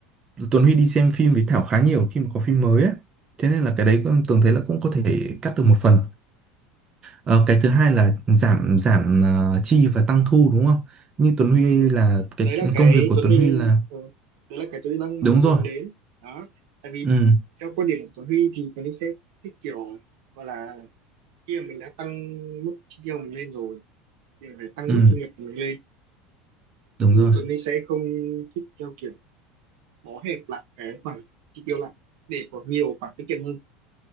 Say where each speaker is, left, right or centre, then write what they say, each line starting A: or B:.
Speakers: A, on the right (about 25°); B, on the right (about 70°).
A: Tuấn Huy đi xem phim với Thảo khá nhiều khi mà có phim mới á thế nên là cái đấy Tường thấy là cũng có thể cắt được một phần Ờ, cái thứ hai là giảm giảm ờ, chi và tăng thu đúng không? Như Tuấn Huy
B: ừ
A: là cái
B: đấy là cái
A: công việc của
B: Tuấn
A: Tuấn
B: Huy
A: Huy là
B: ừ. đấy là cái Tuấn Huy đang
A: đúng
B: muốn hướng
A: rồi.
B: đến đó tại vì
A: Ừ,
B: theo quan điểm của Tuấn Huy thì Tuấn Huy sẽ thích kiểu gọi là khi mà mình đã tăng mức chi tiêu mình lên rồi thì mình phải tăng
A: ừ,
B: mức thu nhập của mình lên
A: đúng
B: chứ
A: rồi.
B: Tuấn Huy sẽ không thích theo kiểu bó hẹp lại cái khoản chi tiêu lại để có nhiều khoản tiết kiệm hơn